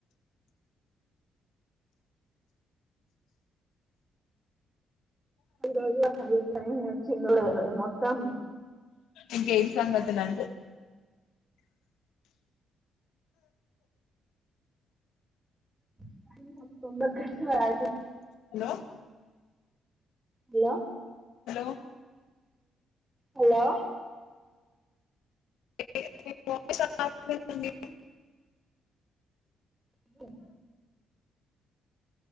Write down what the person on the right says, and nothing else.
ఈ రోజు <unintelligible> చినుడైలే మొత్తం
<inaudible> తొందర్ గాడస్ రాయదు.
హలో
హలో
ము